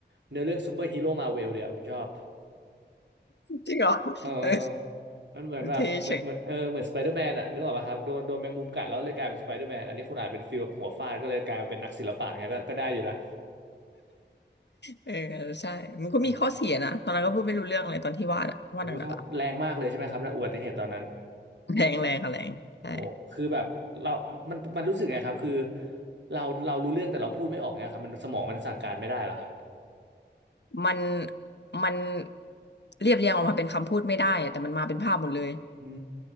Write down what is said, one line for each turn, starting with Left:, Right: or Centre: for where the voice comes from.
Right: เนื้อเรื่องซูเปอร์ฮีโร่มาเวลเลยอะผมชอบ
Left: จริงเหรอ <laughs>
Right: เออ
Left: เออ
Right: มันเหมือนแบบเหมือนเหมือนเออเหมือนสไปเดอร์แมนอะนึกออกป่ะครับโดนโดนแมงมุมกัดแล้วเลยกลายเป็นสไปเดอร์แมนอันนี้คุณอาจเป็นฟิลแบบหัวฟาดก็เลยกลายมาเป็นนักศิลปะเนี้ยก็ก็ได้อยู่นะ
Left: เทเฉยเออใช่มันก็มีข้อเสียนะตอนนั้นก็พูดไม่รู้เรื่องเลยตอนที่วาดอะวาดหนักๆอะ
Right: เออโอ้โหแสดงว่าแรงมากเลยใช่ไหมครับนะอุบัติเหตุตอนนั้น
Left: <laughs> แรงแรงค่ะแรงใช่
Right: โหคือแบบเรามันมันรู้สึกไงครับคือเราเรารู้เรื่องแต่เราพูดไม่ออกเนี้ยครับมันสมองมันสั่งการไม่ได้เหรอครับ
Left: มันมันเรียบเรียงออกมาเป็นคำพูดไม่ได้อะแต่มันมาเป็นภาพหมดเลย
Right: อื